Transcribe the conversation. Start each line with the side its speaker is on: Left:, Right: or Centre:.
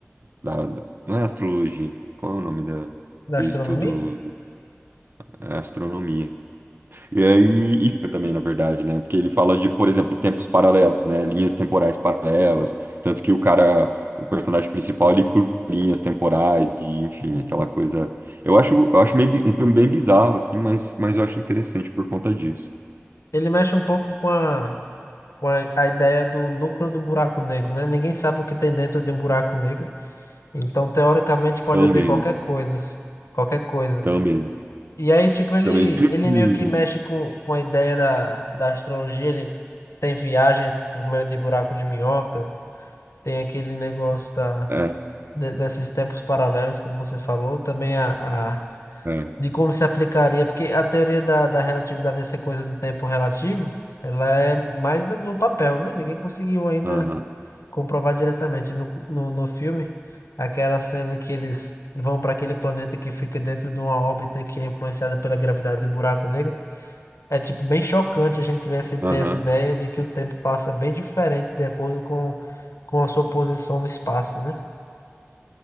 Right: Da... Não é astrologia. Qual é o nome da...
Left: Da
Right: do
Left: astronomia?
Right: estudo? É astronomia. E aí, e fica também, na verdade, né? Porque ele fala de, por exemplo, tempos paralelos, né? Linhas temporais paralelas. Tanto que o cara, o personagem principal, ele cruza linhas temporais, e, enfim,
Left: Uhum.
Right: aquela coisa. Eu acho, eu acho meio, bi- um filme bem bizarro, assim, mas, mas eu acho interessante por conta disso.
Left: Ele mexe um pouco com a, com a, a ideia do núcleo do buraco negro, né? Ninguém sabe o que tem dentro de um buraco negro. Então, teoricamente, pode
Right: Também,
Left: haver qualquer coisa. Qualquer coisa.
Right: também,
Left: E aí, tipo, ele,
Right: também.
Left: ele
Right: Hum,
Left: meio que mexe com, com a ideia da, da astrologia. Ele tem viagens por meio de buraco de minhocas. Tem aquele negócio da,
Right: é,
Left: de- desses tempos paralelos, como você falou. Também a, a
Right: é.
Left: de como se aplicaria, porque a teoria da, da relatividade, essa coisa do tempo relativo, ela é mais no no papel, né? Ninguém conseguiu ainda
Right: Aham,
Left: comprovar diretamente no, cu- no, no filme aquela cena que eles vão para aquele planeta que fica dentro de uma órbita que é influenciada pela gravidade do buraco negro. É tipo bem chocante a gente ver essa, ter
Right: aham.
Left: essa ideia de que o tempo passa bem diferente de acordo com, com a sua posição no espaço, né?